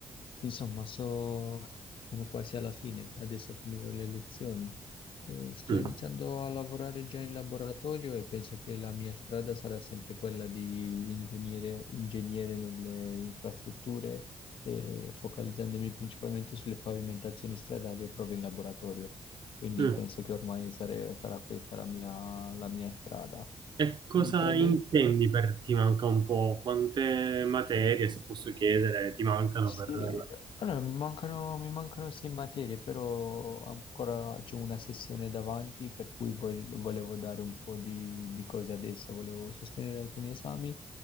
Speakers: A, on the left; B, on the right.
A: insomma so- sono quasi alla fine, adesso finirò le lezioni. Eh, sto
B: Mm,
A: iniziando a lavorare già in laboratorio e penso che la mia strada sarà sempre quella di ingegnere, ingegnere nelle infrastrutture, eh, focalizzandomi principalmente sulle pavimentazioni stradali e prove in laboratorio quindi
B: mm.
A: penso che ormai sare- sarà questa la mia, la mia strada.
B: E cosa
A: Inizialmente,
B: intendi per ti manca un po'? Quante materie, se posso chiedere, ti mancano
A: sì,
B: per... la-
A: allora, mi mancano, mi mancano sei materie, però ancora c'è una sessione davanti, per cui vol- volevo dare un po' di, di cose adesso, volevo sostenere alcuni esami